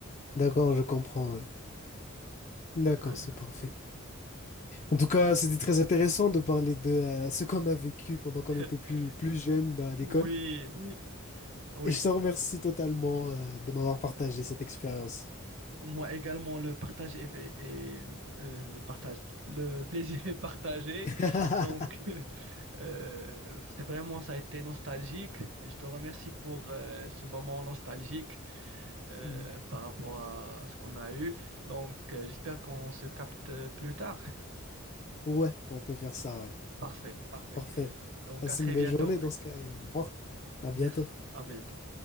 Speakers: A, on the left; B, on the right.
A: D'accord, je comprends, ouais. D'accord,
B: Euh,
A: c'est parfait. En tout cas, c'était très intéressant de parler de euh, ce qu'on a vécu pendant qu'on
B: <laughs>
A: était plus, plus jeune à l'école.
B: oui, oui, oui.
A: Et je te remercie totalement euh, de m'avoir partagé cette expérience.
B: Moi également, le partage est, est- est- euh, le partage, le <laughs> plaisir est partagé.
A: <laughs>
B: Donc, <laughs> euh, c'est vraiment, ça a été nostalgique. Et je te remercie pour euh, ce moment nostalgique euh,
A: Mm.
B: par rapport à ce qu'on a eu. Donc, euh, j'espère qu'on se capte plus tard.
A: Ouais, on peut faire ça, ouais.
B: Parfait, parfait.
A: Parfait.
B: Donc,
A: Passe
B: à très
A: une belle
B: bientôt.
A: journée dans ce cas et au revoir. À
B: Merci.
A: bientôt.
B: À bientôt.